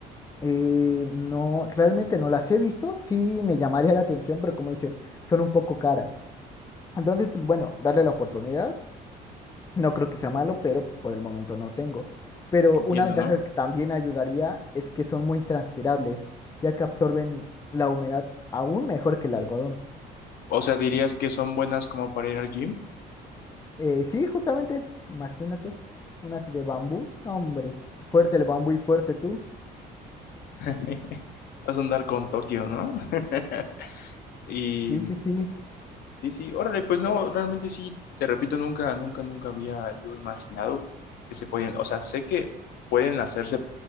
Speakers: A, on the left; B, on the left.
A: Eh, no, realmente no las he visto, sí me llamaría la atención, pero como dices, son un poco caras. Entonces, pues bueno, darle la oportunidad, no creo que sea malo, pero pues por el momento no tengo. Pero
B: Entiendo,
A: una ventaja
B: ¿no?
A: que también ayudaría es que son muy transpirables, ya que absorben la humedad aún mejor que el algodón.
B: O sea, dirías que son buenas como para ir al gym.
A: Eh, sí, justamente, imagínate, una de bambú, no, hombre, fuerte el bambú y fuerte tú.
B: <laughs> Vas a andar con Tokio, ¿no? <laughs> Y
A: Sí, sí, sí.
B: Sí, sí, órale, pues no, realmente sí, te repito, nunca, nunca, nunca había yo imaginado que se podían, o sea, sé que pueden hacerse